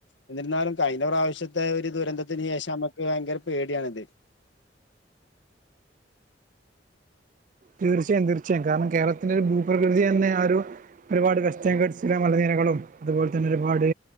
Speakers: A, on the left (about 85°); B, on the right (about 45°).
A: എന്നിരുന്നാലും കഴിഞ്ഞ പ്രാവശ്യത്തെ ഒരു ദുരന്തത്തിന് ശേഷം നമുക്ക് ഭയങ്കര പേടിയണിത്
B: തീർച്ചയായും തീർച്ചയായും കാരണം കേരളത്തിന്റെ ഒരു ഭൂപ്രകൃതി തന്നെ ആ ഒരു ഒരുപാട് വെസ്റ്റ്ഗിൾസിലെ മലനിരകളും അതുപോലെ തന്നെ ഒരുപാട്